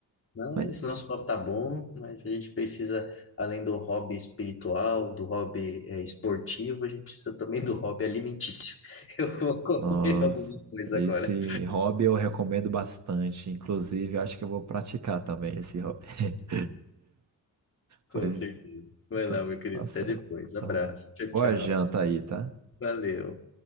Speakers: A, on the left (about 35°); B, on the right (about 50°).
A: Não,
B: Mas,
A: esse nosso papo tá bom, mas a gente precisa, além do hobby espiritual, do hobby eh, esportivo, a gente precisa também do hobby alimentício. <laughs> Eu vou comer
B: nossa,
A: alguma coisa
B: esse
A: agora.
B: hobby eu recomendo bastante. Inclusive, eu acho que eu vou praticar também esse hobby. <laughs>
A: Com
B: Pois,
A: certeza. Vai
B: então,
A: lá, meu querido.
B: tá certo.
A: Até depois.
B: Então,
A: Abraço. Tchau,
B: boa
A: tchau.
B: janta aí, tá?
A: Valeu.